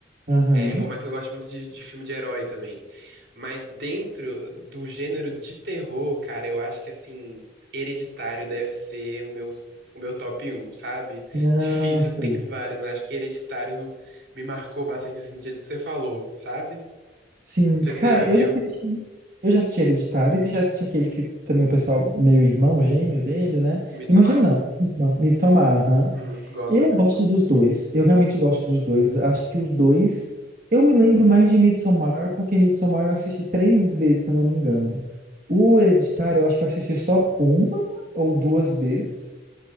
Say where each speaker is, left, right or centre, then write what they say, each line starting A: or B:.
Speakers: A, on the right; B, on the right.
A: Aham.
B: É, por mais que eu goste muito de, de filme de herói também. Mas dentro do gênero de terror, cara, eu acho que, assim, Hereditário deve ser o meu, o meu top um, sabe?
A: Ah,
B: Difícil,
A: sei.
B: tem vários, mas acho que Hereditário me marcou bastante, assim, do jeito que você falou, sabe?
A: Sim,
B: Não
A: cara,
B: sei se você já viu
A: eu já assisti, eu já assisti Hereditário e já assisti aquele que também o pessoal, meio irmão, gêmeo dele, né?
B: Midsommar?
A: Irmão gêmeo não, irmão, Midsommar, aham.
B: Uhum, gosto
A: Eu
B: muito também.
A: gosto dos dois. Eu realmente gosto dos dois. Acho que os dois. Eu me lembro mais de Midsommar, porque Midsommar eu assisti três vezes, se eu não me engano. O Hereditário, eu acho que eu assisti só uma ou duas vezes.